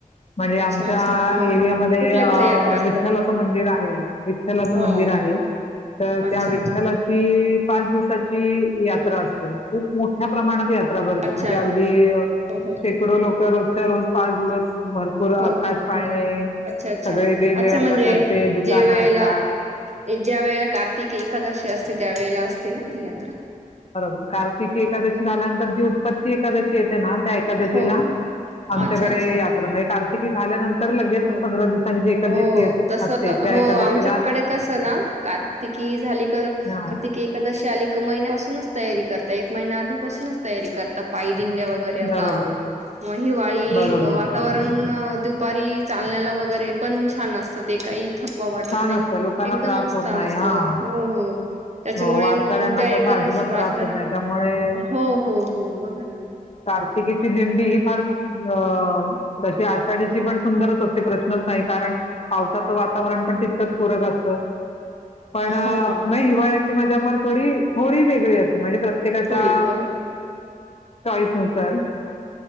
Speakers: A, on the left; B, on the right.
A: म्हणजे
B: अच्छा
A: आमच्या
B: अच्छा हो
A: एरियामध्ये
B: हो कुठल्या कुठल्या यात्रा असतात
A: विठ्ठलाचं मंदिर आहे विठ्ठलाचं
B: हो
A: मंदिर आहे. तर
B: अच्छा
A: त्या व
B: अच्छा
A: लाची पाच दिवसाची यात्रा असते खूप मोठ्या प्रमाणात यात भर
B: अच्छा
A: म्हणजे अगदी.
B: हो हो
A: शेकडो लोक रोजच्या रोज पाच दिवस भरपूर
B: हो
A: आकाश
B: हो
A: पाळणे.
B: हो अच्छा अच्छा
A: सगळे वेगवेगळ्या
B: अच्छा म्हणजे
A: प्रकारचे दुकानं
B: जे वेळेला
A: असतात.
B: ज्या वेळेला कार्तिक एकादशी असते त्यावेेळेला असते ना ती यात्रा.
A: बरोबर कार्तिकी एकादशी झाल्यानंतर, दिवस- तर ती एकादशी येते ना त्या एकादशीला
B: हो
A: आमच्याकडे
B: अच्छा अच्छा
A: यात्रा म्हणजे कार्तिकी झाल्यानंतर- पंधरा
B: हो हो
A: दिवसांनी जी एकादशी
B: हो,
A: येत-
B: तस
A: असते, त्या
B: हो
A: एकादशीला
B: आमच्याकडे कसं ना कार्तिकी झाली क
A: हां.
B: कार्तिकी एकादशी आली एक महिन्यापासूनच तयारी करत एक महिना आधीपासूनच तयारी करत पाय दिंड्या वगैरे बरे असा.
A: बरोबर,
B: मग हिवाळी
A: बरोबर.
B: वातावरण दुपारी चालण्याला वगैरे पण छान असतं. ते काही थक वा वाटत
A: छान
B: नाही
A: असतं लोकांना
B: एकदम
A: त्रास
B: उस्ताह
A: होत नाही
B: असतो.
A: हां.
B: हो, हो त्याच्यामुळे
A: हो, वारकऱ्यांना
B: मग त्या
A: त्याचा
B: एखादशी
A: अजिबात
B: वारकऱ्या
A: त्रास होत नाही त्यामुळे
B: हो, हो हो बघा ना.
A: कार्तिकेची दिंडी ही फार अ तशी आषाढीची पण सुंदरच असते प्रश्नच नाही कारण पावसाचं वातावरण पण तितकच पूरक असतं. पण मग
B: हो ना
A: हिवाळ्यातली मजा फार थोडी, थोडी वेगळी असते. म्हणजे प्रत्येकाच्या
B: होळी हो
A: चॉईस नुसार